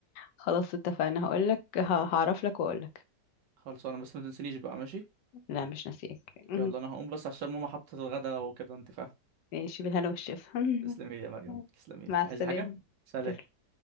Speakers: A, on the left (about 75°); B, on the right (about 75°).
A: خلاص اتفقنا هقولك ه- هعرف لك واقولك
B: خلصانة بس ما تنسينيش بقى ماشي؟
A: لا مش ناسيك <laughs>
B: يلا أنا هقوم بس عشان ماما حطت الغدا وكده أنت فاهم
A: ماشي بالهنا والشفا
B: تسلمي
A: <laughs>
B: لي يا مريم تسلمي لي
A: مع السلامة
B: عايزة حاجة؟ سلام
A: تسلم